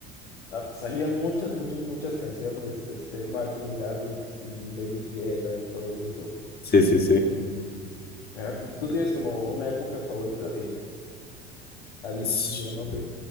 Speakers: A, on the left; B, on the left.
A: ah, Salían muchas, muchas, muchas canciones, este, Martin Garrix y David Guetta y todos esos.
B: Sí, sí,
A: Ah, ¿t- ¿Tú tienes como una época favorita de Avicii
B: sí.
A: o no sé?